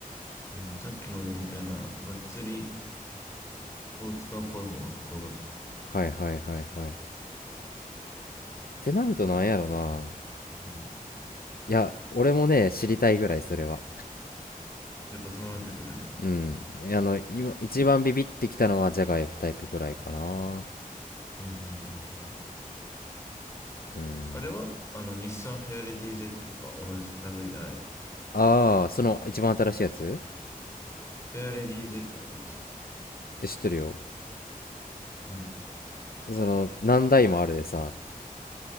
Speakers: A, on the left; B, on the left.
A: うん。さっきまでみたいな、がっつりスポーツカーっぽい方がかっこよかった。
B: はいはいはいはいってなるとなんやろな
A: うん。
B: いや俺もね知りたいぐらいそれは
A: やっぱそうなってくるんだ。
B: うんあの今一番ビビってきたのはジャガイフタイプぐらいかな
A: うん、うん、うん、
B: うん
A: あれはあの、日産フェアレディ Z とか同じ類じゃないの
B: ああーその一番新しいやつ
A: フェアレディ Z ってやつ。
B: え知ってるよ
A: うん。
B: その何台もあるでさ